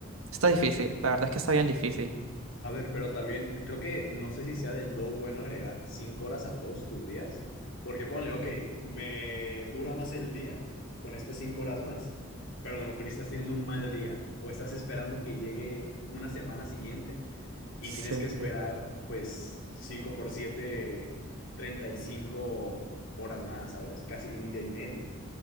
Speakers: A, on the right; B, on the left.
A: está difícil, la verdad es que está bien difícil.
B: A ver, pero también creo que no sé si sea del todo bueno agregar cinco horas a todos tus días, porque ponle, ok, me dura más el día con estas cinco horas más, pero a lo mejor estás teniendo un mal día o estás esperando que llegue una semana siguiente y
A: Sí,
B: tienes que esperar pues 5 por siete treinta y cinco horas más, ¿sabes? Casi un día y medio.